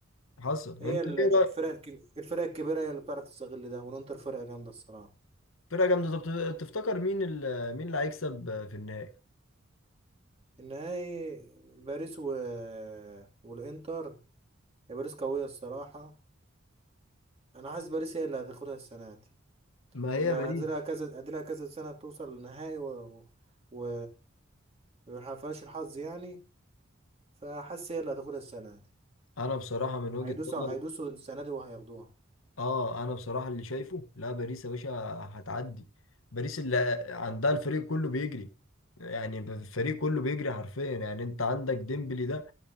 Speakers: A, on the left; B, on the right.
A: حصل
B: هي
A: انت
B: ال-
A: ايه رايك
B: الفرق الكب- الفرق الكبيرة هي اللي بتعرف تستغل ده والانتر فرقة جامدة الصراحة
A: فرقه جامده طب تفتكر مين ال- مين اللي هيكسب في النهائي
B: النهائي باريس و... والانتر يا باريس قوية الصراحة انا حاسس باريس هي اللي هتاخدها السنة دي
A: ما هي
B: لان قادلها
A: باريس
B: كذا قادلها كذا سنة توصل للنهائي و و ومحققهاش الحظ يعني فحاسس هي اللي هتاخدها السنة دي
A: انا بصراحه من وجهه
B: هيدوسوا
A: نظري
B: هيدوسوا السنة دي وهياخدوها
A: اه انا بصراحه اللي شايفه لا باريس يا باشا هتعدي باريس اللي عندها الفريق كله بيجري يعني الفريق كله بيجري حرفيا يعني انت عندك ديمبلي ده